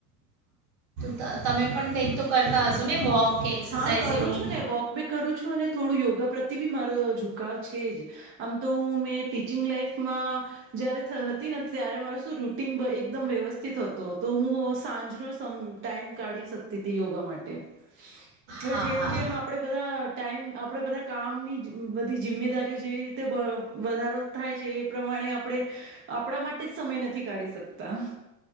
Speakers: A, on the right (about 60°); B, on the right (about 30°).
A: ત તમે પણ કંઈક તો કરતાં હશો ને વોક કે એક્સરસાઇઝ
B: હા કરું
A: એવું
B: છું ને વોક બી કરું છું, અને થોડું યોગા પ્રત્યે બી મારો ઝુકાવ છે જ, આમ તો હું મેં ટીચિંગ લાાઈફમાં જયારે થ હત તી ને ત્યારે મારો તો રૂટિન વ એકદમ વ્યવસ્થિત હતો. તો હું સાંજનો સ તમ ટાઈમ કાઢી શકતીતી યોગા માટે. હવે
A: હા
B: જેમ-જેમ
A: હા
B: આપણેે બધાં ટાઈમ આપણેે બધા કામની જિ બધી જિમ્મેદારીઓ જેવી તે બ વધારો થાય છે, એ પ્રમાણે આપણેે આપણા માટે જ સમય નથી કાઢી શકતા.